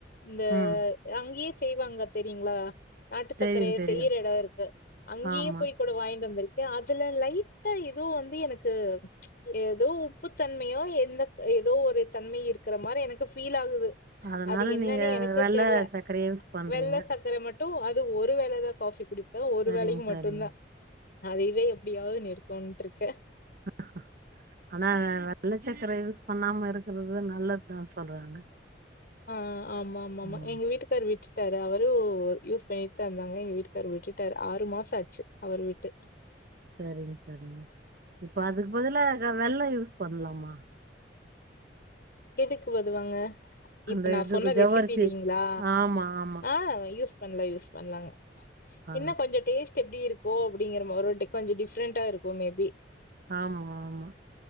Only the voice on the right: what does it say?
ம்
தெரியு தெரியு
ஆமா
அதனால
நீங்க
வெள்ள
சக்கரைய யூஸ் பண்றீங்க
சரிங்க
சரிங்க
அ ஆனா வெள்ளைச்சக்கரை யூஸ் பண்ணாம இருக்குறது நல்லதுதா சொல்றாங்க
ம்
சரிங்க சரிங்க இப்ப அதுக்கு பதுலா இருக்க வெள்ளோ யூஸ் பண்ணலாமா
அந்த
இதுக்கு
ஜவ்வரிசி
ஆமா ஆமா
ஆ
ஆமா ஆமா